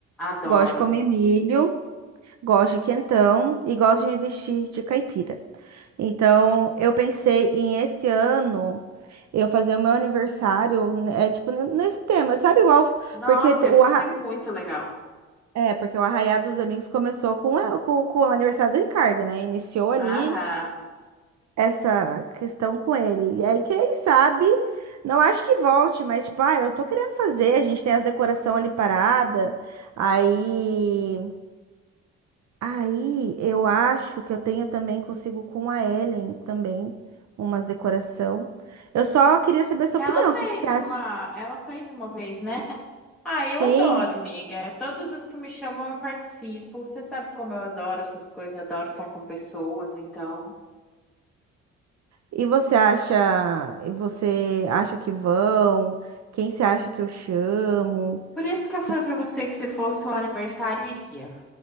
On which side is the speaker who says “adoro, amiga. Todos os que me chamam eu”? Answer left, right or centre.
Centre